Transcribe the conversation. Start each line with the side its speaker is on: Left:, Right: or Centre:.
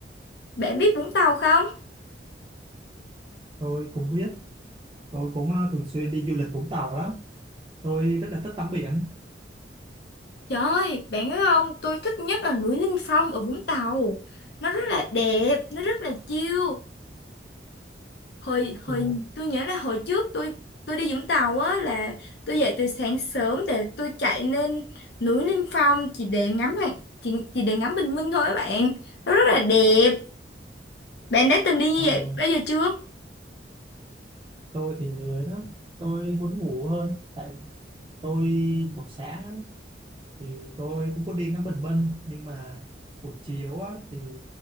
Left: bạn biết Vũng Tàu không
Right: tôi cũng biết tôi cũng ờ, thường xuyên đi du lịch Vũng Tàu lắm tôi rất là thích tắm biển
Left: Trời ơi, bạn biết không, tôi thích nhất là núi Linh Phong ở Vũng Tàu. Nó rất là đẹp, nó rất là chill. hồi hồi
Right: Ừ,
Left: tôi nhớ là hồi trước tôi tôi đi Vũng Tàu á là tôi dậy từ sáng sớm để tôi chạy lên núi Liêm Phong chỉ để ngắm hoàng chỉ, chỉ để ngắm bình minh thôi các bạn nó rất là đẹp bạn đã từng đi như
Right: ờ,
Left: vậy
Right: ờ.
Left: bao giờ chưa
Right: tôi thì lười đó tôi muốn ngủ hơn tại tôi buổi sáng á, thì tôi cũng có đi ngắm bình minh nhưng mà buổi chiều á thì